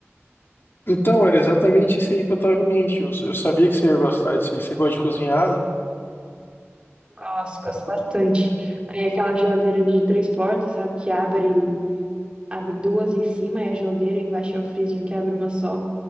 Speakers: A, on the left (about 50°); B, on the right (about 20°).
A: então, era exatamente isso aí que eu estava em mente. Eu, eu sabia que você ia gostar disso aí. Você gosta de cozinhar? né?
B: Gosto, gosto bastante. É aquela geladeira de três portas, sabe? Que abre, abre duas em cima e a geladeira embaixo é o freezer que abre uma só.